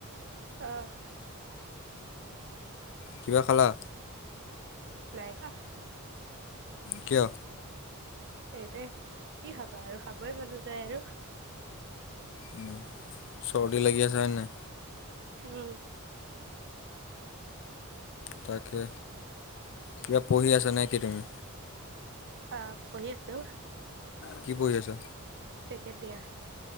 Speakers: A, on the right; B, on the left.
A: অহ
B: কিবা খালা?
A: নাই খোৱা
B: কিয়?
A: এইটোয়ে কি খাবা আৰু খাবই মন নাযায় আৰু
B: উম, চৰ্দি লাগি আছে হয় নাই।
A: উম।
B: তাকে, কিবা পঢ়ি আছা নেকি তুমি?
A: অহ পঢ়ি আছোঁ।
B: কি পঢ়ি আছা?
A: চেকেণ্ড দিয়া